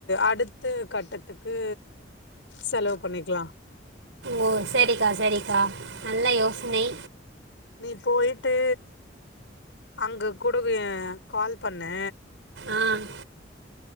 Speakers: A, on the left; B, on the right.
A: அடுத்த கட்டத்துக்கு செலவு பண்ணிக்லா
B: ஓ சரிக்கா சரிக்கா நல்ல யோசனை
A: நீ போயிட் ட்டு அங்க கூட ஆ கால் பண்ணு
B: ஆ